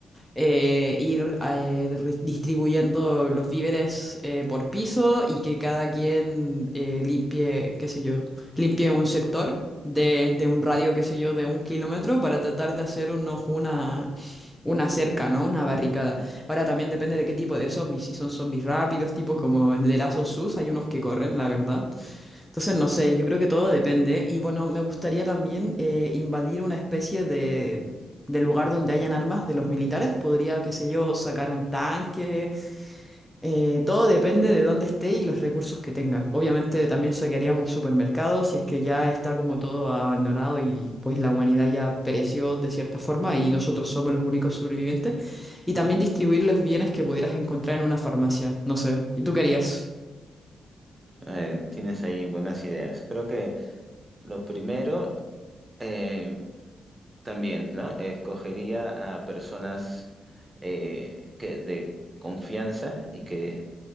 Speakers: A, in the centre; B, on the right.
A: eh, ir eh, ri- distribuyendo los víveres eh, por piso y que cada quien eh, limpie, qué sé yo, limpie un sector de, de un radio, qué sé yo, de un kilómetro para tratar de hacer unos, una, una cerca, ¿no? Una barricada. Ahora también depende de qué tipo de zombies, si son zombies rápidos, tipo como el de Last of Us, hay unos que corren, la verdad. Entonces, no sé, yo creo que todo depende. Y bueno, me gustaría también eh, invadir una especie de, de lugar donde hayan armas de los militares. Podría, qué sé yo, sacar un tanque. Eh, todo depende de dónde esté y los recursos que tenga. Obviamente también saquearíamos supermercados si es que ya está como todo abandonado y pues la humanidad ya pereció de cierta forma y nosotros somos los únicos sobrevivientes. Y también distribuir los bienes que pudieras encontrar en una farmacia. No sé. ¿Y tú qué harías?
B: Eh, tienes ahí buenas ideas. Creo que lo primero eh, también, ¿no? Escogería a personas eh, que de confianza y que,